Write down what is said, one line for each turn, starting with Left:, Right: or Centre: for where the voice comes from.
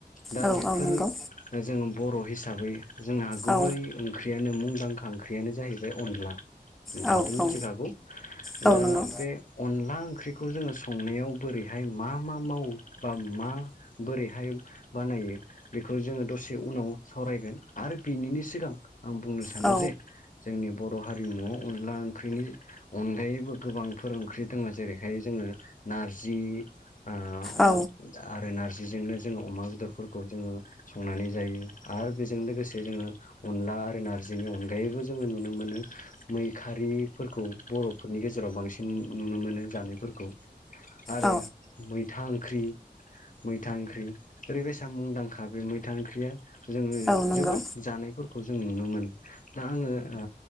Left: दा
Centre: औ
Left: बेफोर
Centre: औ नंगौ
Left: जोङो बर' हिसाबै जोंहा गुबै
Centre: औ
Left: ओंख्रियानो मुंदांखा ओंख्रियानो जाहैबाय अनला नोंथाङाथ
Centre: औ औ
Left: मिथिखाखौ
Centre: औ
Left: दा
Centre: नंगौ
Left: बे अनला ओंख्रिखौ जोङो संनायाव बोरैहाय मा मा मावो बा मा बोरैहाय बानायो बेखौ जोङो दसे उनाव सावरायगोन आरो बिनिनि सिगां आं बुंनो सानो सानो
Centre: औ
Left: जे जोंनि बर' हारिमुआव अनला ओंख्रिनि अनगायैबो गोबांफोर ओंख्रि दङ जेरैहाय जोङो नारजि आ
Centre: औ
Left: ओ रो नारजिजोंनो जोङो अमा बेदरफोरखौ जोङो संनानै जायो आरो बेजों लोगोसे जोङो अनला आरो नार्जिनि अनगायैबो जोङो नुनो मोनो मैखारिफोरखौ बर'फोरनि गेजेराव बांसिन नुनो मोनो जानायफोरखौ आरो
Centre: औ
Left: मैथा ओंख्रि मैथा ओंख्रि ओरैबायसा मुंदांखा बे मैथा ओंख्रिया जोङो
Centre: औ नंगौ
Left: जोबोद जानायफोर खौ जों नुनो मोनो दा आङो आ